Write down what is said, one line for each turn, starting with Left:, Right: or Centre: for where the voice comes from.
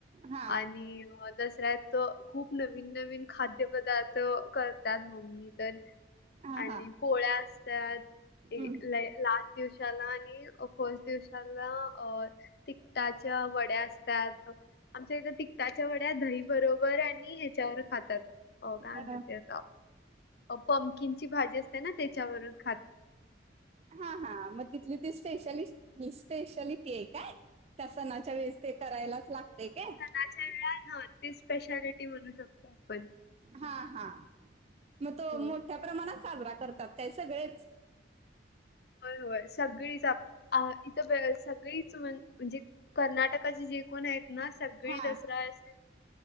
Right: हा
Left: आणि दसऱ्यात. तर खूप नवीन नवीन खाद्य पदार्थ करतात, मम्मी तेण.
Right: हा
Left: आणि
Right: हा
Left: पोळ्या असतात, ते
Right: हम्म.
Left: ह लाई लास्ट दिवसाला आणि, फर्स्ट दिवसाला अं.. तिकटाच्या वड्या असतात आमच्या इथ तिक त्यांच्या वड्या दही बरोबर आणि, हेच्याबरोबर खातात काय
Right: अ,
Left: म्हतात ते आता. पंमकीनची भाजी असते ना, त्यांच्या बरोबर.
Right: हां हां. मग तिथली ती, स्पेशालि स्पेशलिटी आहे काय? ते सणाच्या वेळेस ते, करायलाच लागते काय.
Left: ना च्या वेळा धोती स्पेशालिटी म्हणू शकतो. आपण.
Right: हा हा. मग तो
Left: होय
Right: मोठ्या प्रमाणात साजरा करतात काय सगळेच.
Left: होय होय सगळीच आप अ इथं सगळीच म्हणजे कर्नाटकाचे, जे कोणी आहेत ना. सगळी
Right: हा
Left: दसरा असे